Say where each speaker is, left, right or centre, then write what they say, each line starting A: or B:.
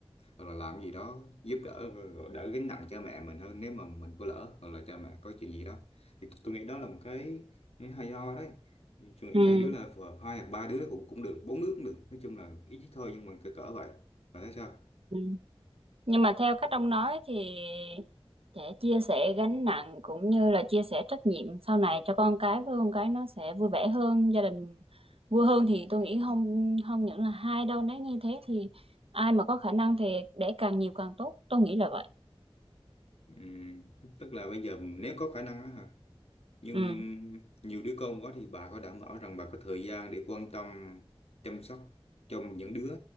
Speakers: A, on the left (about 85°); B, on the right (about 70°).
A: hoặc là làm gì đó giúp đỡ rồi đỡ gánh nặng cho mẹ mình hơn nếu mà mình có lỡ hoặc là cha mẹ có chuyện gì đó thì tôi nghĩ đó là một cái, cái hay ho đấy Thì tôi nghĩ
B: ừ
A: hai đứa là vừa- hai hoặc ba đứa cũng cũng được bốn đứa cũng được nói chung là ít thôi nhưng mà cỡ cỡ vậy và thấy sao
B: ừ Nhưng mà theo cách ông nói thì sẽ chia sẻ gánh nặng cũng như là chia sẻ trách nhiệm sau này cho con cái với con cái nó sẽ vui vẻ hơn, gia đình vui hơn thì tôi nghĩ không không những là hai đâu nếu như thế thì ai mà có khả năng thì để càng nhiều càng tốt, tôi nghĩ là vậy.
A: Ừm, tức là bây giờ nếu có khả năng á hả nhưng
B: Ừ.
A: nhiều đứa con quá thì bà có đảm bảo rằng bà có thời gian để quan tâm chăm sóc cho những đứa